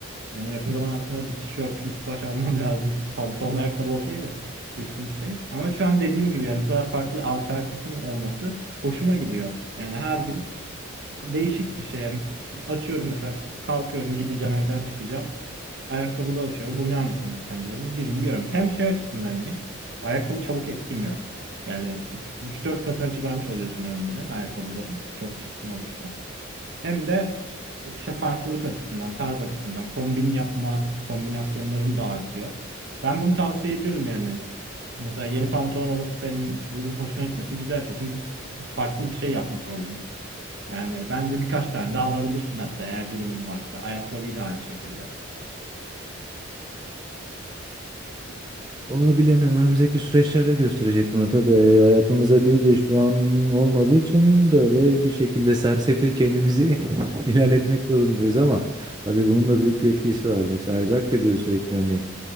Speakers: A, on the right (about 55°); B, on the right (about 20°).
A: Yani yakın zaman aslında bir tişört, üst baş almam <laughs> lazım. Pantolon, ayakkabı okey de üstüm şey. Ama şu an dediğim gibi yani bu kadar farklı alternatifim olması hoşuma gidiyor. Yani her gün değişik bir şey. Yani açıyorum mesela kalkıyorum gideceğim evden çıkacağım. Ayakkabılı açıyorum. Bugün hangisini giysem diyorum. Birini giyiyorum. Hem şey açısından iyi. Ayakkabı çabuk eskimiyor. Yani üç dört katına çıkarmış oluyorsun ömrünü ayakkabıların. Çok çiftin olursa. Hem de işte farklılık açısından, tarz açısından kombin yapma kombinasyonların da artıyor. Ben bunu tavsiye ediyorum yani. Mesela yeni pantolon alıp senin bunun hoşuna gitmesi güzel bir şey. Çünkü farklı bir şey yapmış oldun. Yani bence birkaç tane daha alabilirsin hatta eğer durumun varsa. Ayakkabıyı da aynı şekilde.
B: Vallahi bilemiyorum. Önümüzdeki süreçlerde gösterecek bunu tabii. E, Hayatımıza bir de şu an olmadığı için böyle bir şekilde sersefil kendimizi <laughs> ilerletmek
A: Hı hı.
B: zorundayız ama tabii bunun da büyük bir etkisi var. Mesela Ayberk de diyor sürekli hani